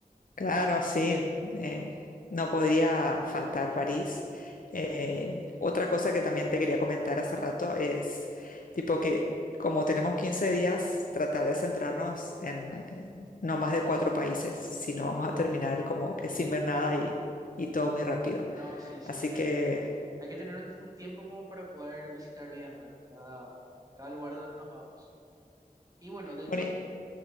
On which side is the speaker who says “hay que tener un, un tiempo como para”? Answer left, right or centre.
Right